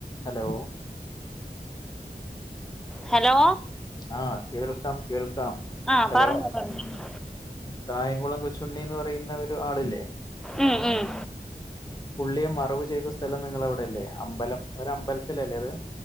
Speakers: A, on the left; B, in the centre.
A: ഹലോ
B: ഹലോ
A: ആഹ് കേൾക്കാം കേൾക്കാം
B: ആഹ്
A: ഹലോ
B: പറഞ്ഞോ പറഞ്ഞോ
A: കായംകുളം കൊച്ചുണ്ണി എന്ന് പറയുന്ന ഒരു ആളില്ലേ
B: ഉമ് ഉമ്
A: പുള്ളിയെ മറവ് ചെയ്ത സ്ഥലം നിങ്ങള അവിടെല്ലേ അമ്പലം ഒരു അമ്പലത്തിലല്ലേ അത്